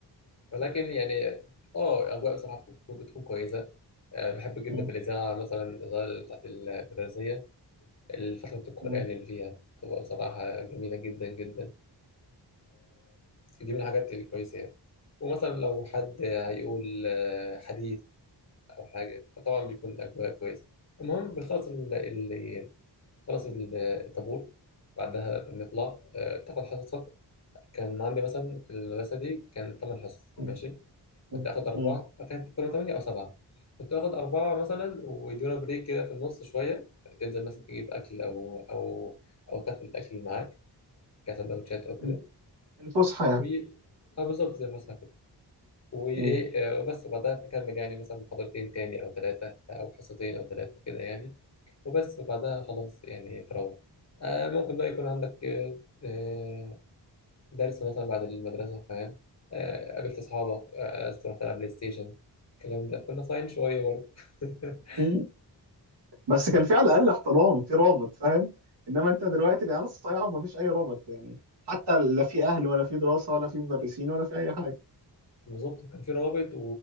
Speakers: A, on the left (about 40°); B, on the right (about 70°).
A: ولكن يعني اه اجواء بصراحه بتكون بتكون كويسه آه، بحب جدا
B: م-
A: في الإذاعة مثلا الإذاعة بتاعت المدرسية الفترة القرآن
B: م-
A: اللي فيها تبقى بصراحة جميلة جدا جدا فدي من الحاجات الكويسة يعني ومثلا لو حد هيقول آه، حديث أو حاجة فطبعا بيكون أجواء كويسة المهم بنخلص ال- ال- خلص الطابور بعدها بنطلع آه، تاخد حصصك كان عندي مثلا في المدرسة دي كان تمن حصص ماشي
B: م- م-
A: كنت آخد أربعة
B: م-
A: كانت كانوا تمانية أو سبعة كنت آخد أربعة مثلا ويدونا بريك كده في النص شوية تنزل مثلا تجيب أكل أو أو أو تاكل الأكل اللي معاك كسندوتشات أو كده
B: م- الفسحة يعني
A: و أه بالظبط زي الفسحة كده وإيه
B: م-
A: آه، وبس بعدها تكمل يعني مثلا محاضرتين تاني أو تلاتة أو حصتين أو تلاتة كده يعني وبس وبعدها خلاص يعني تروح آه ممكن بقى يكون عندك آه، آه، درس مثلا بعد المدرسة فاهم آه، قابلت أصحابك آه، رحت ألعب بلاي ستيشن الكلام ده كنا صايعين شوية برضه <laughs>
B: م- بس كان في على الاقل احترام في رابط فاهم انما انت دلوقتي العيال الصايعه ومفيش اي رابط يعني حتى لا في اهل ولا في دراسه ولا في مدرسين ولا في اي حاجه
A: بالظبط كان في رابط و...